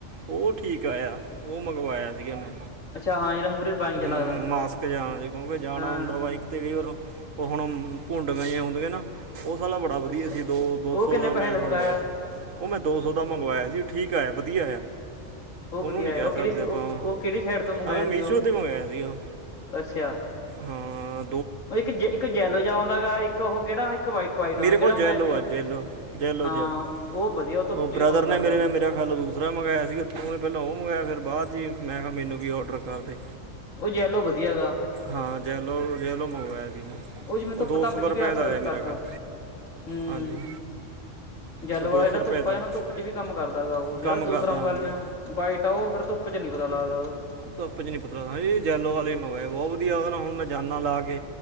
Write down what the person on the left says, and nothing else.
ਅੱਛਾ ਹਾਂ ਜਿਹੜਾ ਮੂਹਰੇ ਰਬਾਇੰਗ ਜਿਹਾ
ਲੱਗਦਾ
ਹਾਂ
ਅੱਛਾ।
ਉਹ ਕਿੰਨੇ
ਪੈਸੇ
ਮੰਗਾਇਆ
ਉਹ
ਵਧੀਆ
ਆ ਉਹ
ਕਿਹੜੀ ਉਹ
ਉਹ ਕਿਹੜੀ ਸਾਈਡ ਤੋਂ ਮੰਗਾਇਆ
ਤੀ ਉਹ
ਅੱਛਾ
ਉਹ ਇੱਕ, ਜ ਇੱਕ ਜੈਲੋ ਜਿਹਾ, ਆਉਂਦਾ ਹੈਗਾ। ਇੱਕ ਉਹ ਕਿਹੜਾ ਇੱਕ, ਵਾਇਟ- ਵਾਇਟ
ਆਂਦਾ। ਕਿਹੜਾ
ਮੰਗਵਾਇਆ
ਸੀ ਉਹ।
ਹਾਂ
ਉਹ ਵਧੀਆ। ਧੁੱਪ
ਚ
ਵੀ ਕੰਮ
ਕਰਦਾ
ਉਹ
ਉਹ ਜੈਲੋ, ਵਧੀਆ ਗਾ।
ਉਹ ਜਿਵੇਂ, ਧੁੱਪ- ਧਾਪ
ਚ
ਵੀ ਅਸਰ
ਕਰਦਾ।
ਹੂੰ।
ਜੈਲੋ
ਵਾਲਾ ਜਿਹੜਾ,
ਧੁੱਪਾ
ਆ ਨਾ,
ਧੁੱਪ ਚ ਵੀ ਕੰਮ ਕਰਦਾ ਹੈਗਾ। ਉਹ ਜਿਹੜਾ
ਦੂਸਰਾ
ਮੰਗਾ
ਲੈਨੇ ਆਂ। ਬਾਈਟ ਆ। ਉਹ ਫੇਰ ਧੁੱਪ ਚ ਨੀ ਪਤਾ ਲੱਗਦਾ ਉਹਦਾ।